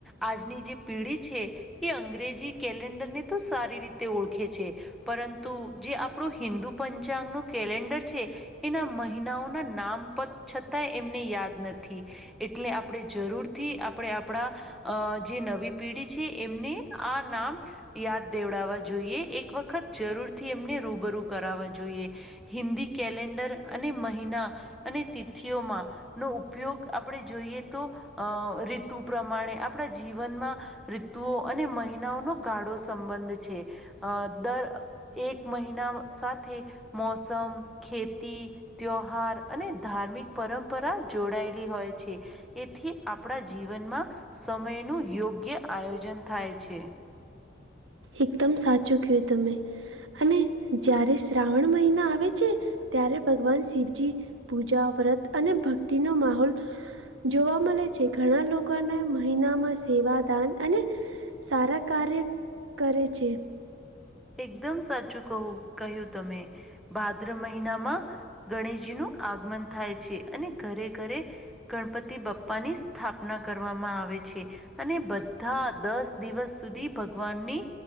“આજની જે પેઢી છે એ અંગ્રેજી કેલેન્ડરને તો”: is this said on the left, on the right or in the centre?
Centre